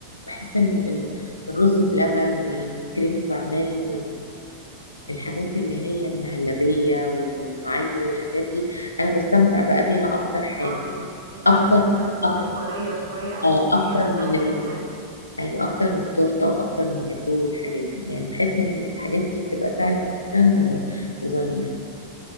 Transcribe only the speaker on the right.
اه انتي بتحبي الحاجات
اللي هي
الطرية شوية او
اللي
هي السهلة
في الاكل
امم